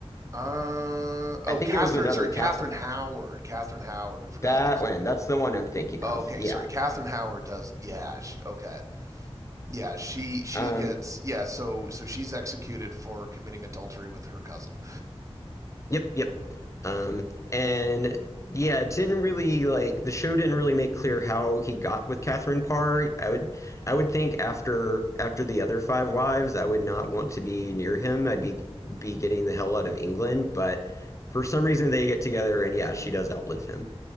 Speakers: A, on the right (about 30°); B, on the left (about 30°).
A: Uh oh,
B: I think
A: Catherine.
B: it was another
A: Sorry, Catherine
B: Catherine.
A: Howard. Catherine Howard. We forgot
B: That
A: this.
B: one. That's the one I'm thinking
A: Oh,
B: of.
A: okay,
B: Yeah.
A: sorry. Catherine Howard does. Yeah. sh okay. yeah, she she
B: Um,
A: gets yeah. So so she's executed for committing adultery with her cousin.
B: Yep, yep. Um, and yeah, it didn't really like the show didn't really make clear how he got with Catherine Parr. I would I would think after after the other five wives, I would not want to be near him. I'd be be getting the hell out of England, but for some reason they get together and yeah, she does outlive him.